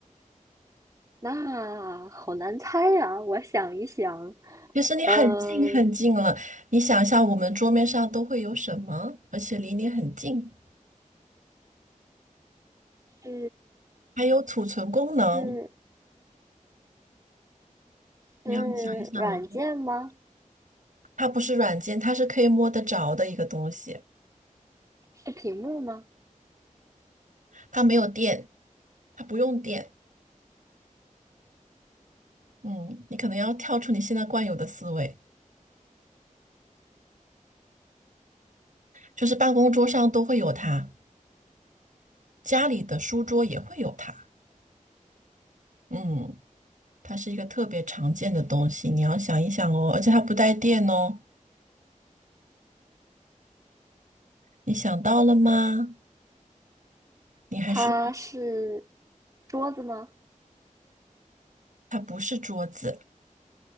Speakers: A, on the right; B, on the right.
A: 那好难猜呀，我想一想，
B: 其实你很近很近了，
A: 呃，
B: 你想象我们桌面上都会有什么，而且离你很近，
A: 是
B: 还有储存功能。
A: 是
B: 你要想一想哦。
A: 是软件吗？
B: 它不是软件，它是可以摸得着的一个东西，
A: 是屏幕吗？
B: 它没有电，它不用电。嗯，你可能要跳出你现在惯有的思维，就是办公桌上都会有它，家里的书桌也会有它。嗯，它是一个特别常见的东西，你要想一想哦，而且它不带电哦，你想到了吗？你还是，
A: 它是桌子吗？
B: 它不是桌子，